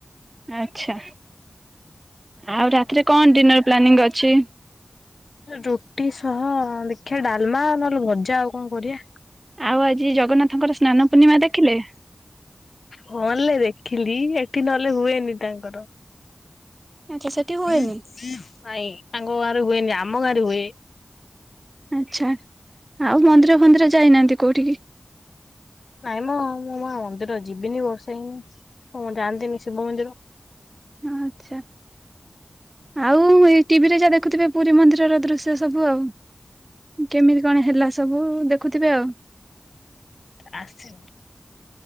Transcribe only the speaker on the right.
ଆଚ୍ଛା। ଆଉ ରାତିରେ କଣ ଡିନର ପ୍ଲାନିଂ ଅଛି?
ଆଉ ଆଜି ଜଗନ୍ନାଥଙ୍କର ସ୍ନାନ ପୂର୍ଣ୍ଣିମା ଦେଖିଲେ।
ଆଚ୍ଛା ସେଠି ହୁଏନି?
ଆଚ୍ଛା ଆଉ ମନ୍ଦିର ଫନ୍ଦିର ଯାଇନାହାନ୍ତି କୋଉଠିିକି?
ଆଚ୍ଛା ଆଉ ଏ ଟିଭିରେ ଯାହା ଦେଖୁଥିବେ ପୁରୀ ମନ୍ଦିରର ଦୃଶ୍ୟ। ସେ ସବୁ ଆଉ କେମିତି କଣ ହେଲା ସବୁ ଦେଖୁଥିବେ ଆଉ।